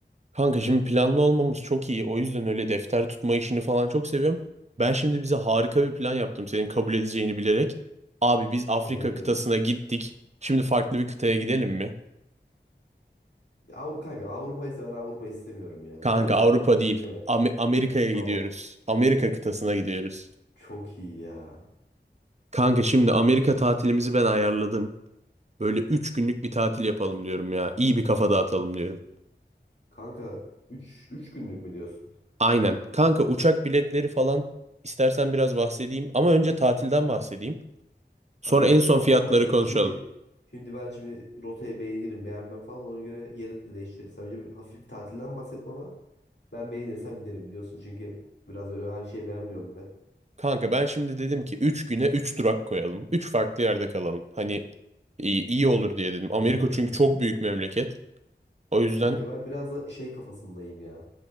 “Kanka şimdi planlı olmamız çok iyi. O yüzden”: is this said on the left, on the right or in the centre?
Right